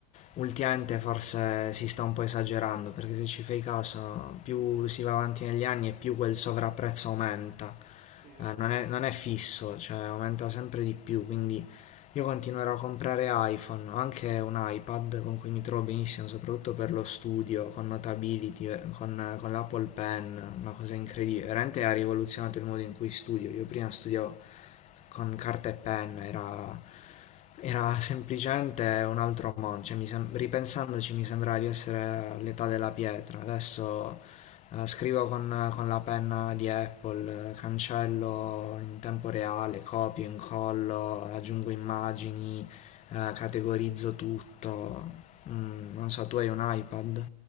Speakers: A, on the left; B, on the right.
A: ultimamente forse si sta un po' esagerando, perché se ci fai caso, più si va avanti negli anni e più quel sovrapprezzo aumenta.
B: sì, esatto,
A: Eh, non è, non è fisso, cioè aumenta sempre di più, quindi io continuerò a comprare iPhone, ho anche un iPad con cui mi trovo benissimo, soprattutto per lo studio, con Notability, eh, con, con l'Apple Pen, una cosa
B: sì.
A: incredibile, veramente ha rivoluzionato il modo in cui studio, io prima studiavo con carta e penna, era era semplicemente un altro mondo, cioè, mi sem- ripensandoci mi sembrava di essere all'età della pietra. Adesso eh, scrivo con, con la penna di Apple, eh, cancello in tempo reale, copio, incollo, aggiungo immagini, eh, categorizzo tutto. Mm, non so, tu hai un iPad?